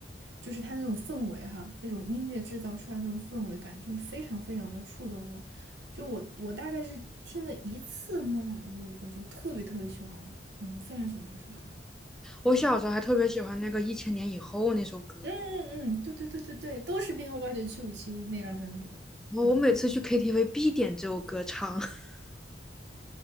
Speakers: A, on the right (about 75°); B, in the centre.
A: 就是它那种氛围哈，那种音乐制造出来的那种氛围感，就非常非常的触动我。就我我大概是听了一次《木乃伊》，我就特别特别喜欢了，嗯，非常喜欢这首歌。
B: 我小时候还特别喜欢那个《一千年以后》那首歌。
A: 嗯嗯嗯，对对对对对，都是编号八九七五七那张专辑的。
B: 我我每次去
A: 嗯
B: KTV 必点这首歌唱。<laughs>